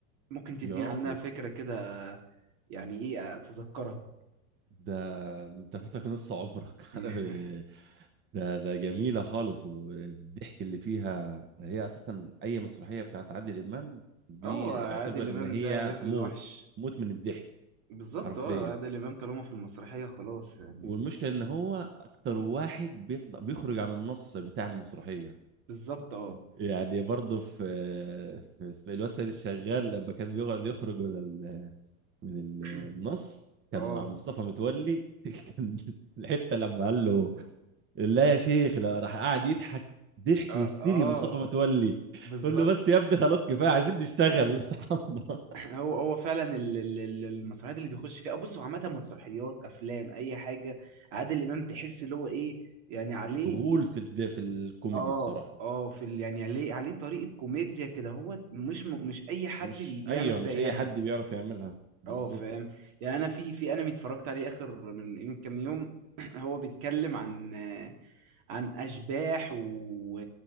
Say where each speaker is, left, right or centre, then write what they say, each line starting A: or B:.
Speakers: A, on the right; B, on the right.
A: ممكن تديني
B: يا راجل
A: عنها فكره كده آه، يعني ايه اتذكرها
B: ده انت فاتك نص عمرك <laughs>
A: <laughs>
B: انا ب- ده ده جميله خالص والضحك اللي فيها هي اساسا اي مسرحيه بتاعت عادل امام دي
A: اه عادل
B: اعتبر
A: امام
B: ان هي
A: ده ليفل
B: موت
A: الوحش
B: موت من الضحك
A: بالظبط
B: حرفيا
A: اه عادل امام طالما في المسرحيه خلاص يعني
B: والمشكله ان هو اكتر واحد بيطلع بيخرج عن النص بتاع المسرحيه
A: بالظبط اه
B: يعني برضه في في اسم الواد سيد الشغال لما كان بيقعد يخرج من ال... من ال-
A: <clears throat>
B: النص كان
A: اه
B: مع مصطفى متولي <laughs> كان الحته لما قال له لا يا شيخ لا راح قاعد يضحك ضحك
A: اه
B: هستيري
A: اه
B: مصطفى متولي
A: بالظبط
B: قول له بس يا ابني خلاص كفايه عايزين نشتغل <laughs> ارحمنا
A: <clears throat> هو هو فعلا ال- ال- ال- المسرحيات اللي بيخش فيها بص هو عامه مسرحيات افلام اي حاجه عادل امام تحس اللي هو ايه يعني عليه
B: غول في الد... في الكوميدي
A: اه
B: الصراحه
A: اه في ال... يعني عليه عليه طريقه كوميديا كده هو مش م... مش اي حد
B: مش
A: بي... بيعمل
B: ايوه
A: زيها
B: مش اي حد بيعرف يعملها بالظبط
A: اه فاهم يعني انا في في انمي اتفرجت عليه اخر من من كام يوم <clears throat> هو بيتكلم عن عن اشباح و...